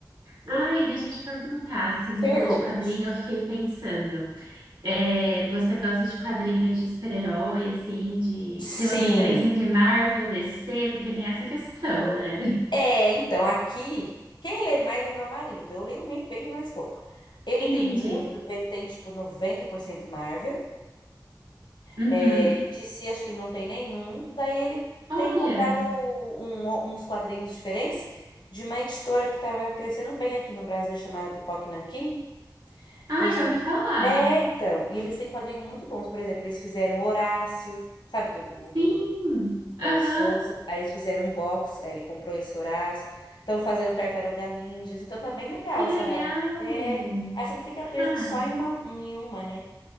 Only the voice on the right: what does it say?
Ai, deixa eu te perguntar, assim, você
falou de quadrinho, eu fiquei pensando. É, você gosta de quadrinho de super-herói, assim, de... Você
tem uma preferência entre Marvel, DC? Porque tem essa questão, né?
<laughs>
Entendi.
Uhum.
Olha.
Ah,
já ouvi falar.
Sim,
aham,
que legal.
Ah,